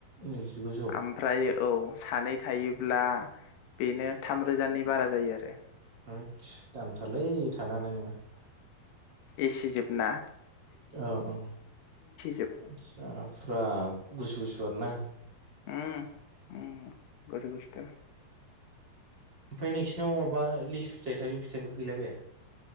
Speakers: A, on the right; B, on the left.
A: नैजिगुजौ
B: आमफ्रायो औ सानै थायोब्ला बेनो थामरोजानि बारा जायो आरो।
A: होम दामथारलै थानो हानाय नङा।
B: एसिजोबना
A: औ औ
B: जोब
A: आच्छा फुरा गुसु गुसु दनना
B: ओम ओम बार गुसु द'
A: ओमफाय नोंसिनाव माबा लिसु फिथाइ थाइजौ फिथाइफोर गैलाबाया?